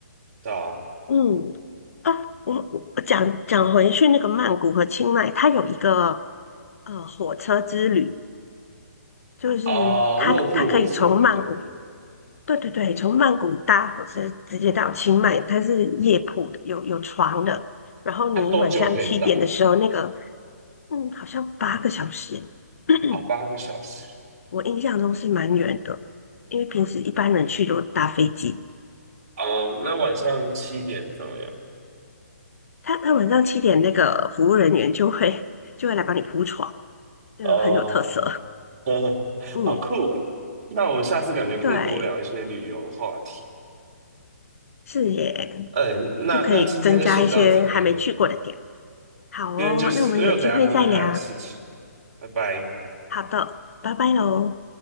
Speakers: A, on the right (about 30°); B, on the left (about 60°).
A: 对啊，
B: 嗯，啊，我我讲讲回去那个曼谷和清迈，它有一个呃火车之旅，就是它它可以从曼谷，
A: 哦，卧铺火车那个，
B: 对对对，从曼谷搭火车直接到清迈，它是夜铺的，有有床的，然后你晚上七点的时候，
A: 它、多久可以到？
B: 那个嗯，好像八个小时，<clears throat>
A: 哦，八个小时。
B: 我印象中是蛮远的，因为平时一般人去都搭飞机，
A: 哦，那晚上七点怎么样？
B: 他他晚上七点那个服务人员就会就会来帮你铺床，就很有特色。
A: 哦，<laughs>
B: 嗯，
A: 好酷哦。那我们下次感觉可以多聊一些旅游的话题。
B: 对，是耶，
A: 嗯，那那今天就先到这边，
B: 就可以增加一些还没去过的点。好哦，
A: 今天就是因为我等一下还会还有事情，
B: 那我们有机会再聊。
A: 拜拜。
B: 好的，拜拜喽。